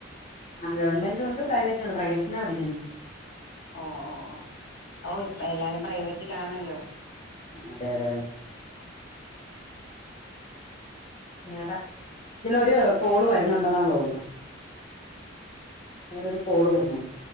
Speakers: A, on the left; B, on the left.
A: ആഹ് ഗവണ്മെന്റ് ഉണ്ട് പ്രൈവറ്റ് ഉണ്ട് പ്രൈവറ്റിലാ പഠിക്ക്‌ന്നെ.
B: ഓഹ് ഓഹ് ഓഹ് ഓഹ് ഇപ്പൊ എല്ലാരും പ്രൈവറ്റിലാണല്ലോ?
A: ആഹ് അതെ അതെ വേറെ, ഇതിലൊര് കോള് വര് ന്നുണ്ടെന്നാ തോന്ന്ണെ വേറൊരു കോള് വെര്ന്നുണ്ട്.